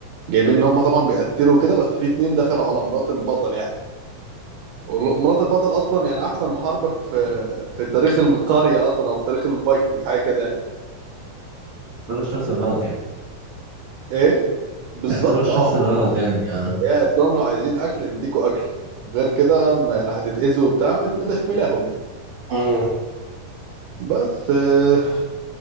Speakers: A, on the right (about 85°); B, on the right (about 60°).
A: جايبين ان هم طبعا بيقتلوا كده بس في اتنين دخلوا على مرات البطل يعني ومرات البطل اصلا يعني احسن محاربه في في تاريخ القريه اصلا او في تاريخ الفايكنج حاجه كده يعني
B: اختار الشخص الغلط يعني
A: ايه بالظبط
B: اختار الشخص
A: اه مرات
B: الغلط يعني اه
A: يا تلاقيهم لو عايزين اكل نديكوا اكل غير كده ما- يعني هتتأذوا وبتاع ما تمدشملاهم يعني
B: امم
A: بس آه، <laughs>